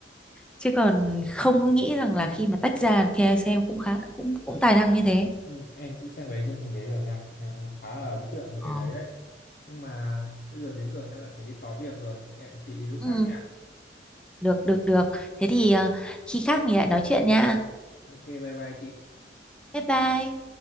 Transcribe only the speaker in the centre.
chứ còn không có nghĩ rằng là khi mà tách ra cây sen cũng khá cũng cũng tài năng như thế.
Ờ.
Ừ,
được được được. Thế thì ờ, khi khác mình lại nói chuyện nha.
Bye bye.